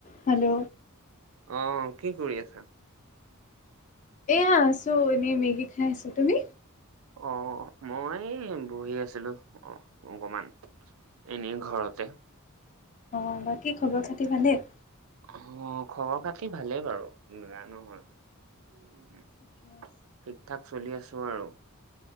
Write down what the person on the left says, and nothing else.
Hello
এয়া আছো এনেই, মেগী খাই আছো, তুমি?
অ' বাকী খবৰ খাতি ভালেই?
ঠিকে আছে।